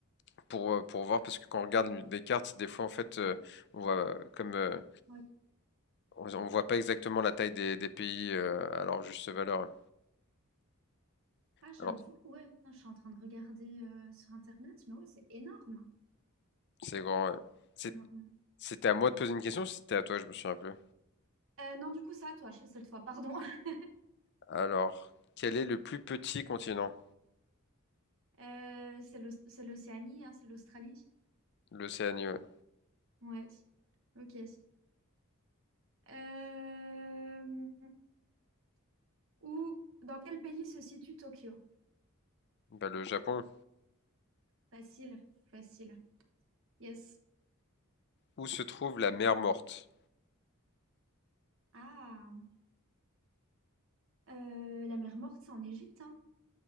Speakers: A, on the left; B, on the right.
A: pour euh, pour voir parce que quand on regarde une- des cartes des fois en fait euh, on voit euh, comme euh,
B: Ouais.
A: on, on voit pas exactement la taille des, des pays euh, alors juste valeur.
B: Ah, j'avoue,
A: Alors
B: ouais, putain, je suis en train de regarder euh, sur Internet, mais ouais, c'est énorme.
A: c'est grand. ouais. C'est-
B: Énorme.
A: C'était à moi de poser une question, ou c'était à toi, je me souviens plus.
B: Euh, non, du coup, ça, toi, je- cette fois, pardon. <laughs>
A: Alors, quel est le plus petit continent?
B: Euh, c'est l'Aus- c'est l'Océanie, hein, c'est l'Australie.
A: L'Océanie. ouais.
B: Ouais, ok. Euh, Où, dans quel pays se situe Tokyo?
A: Bah, le Japon.
B: Facile, facile. Yes.
A: Où se trouve la mer Morte?
B: Ah, euh, la mer Morte, c'est en Égypte, hein.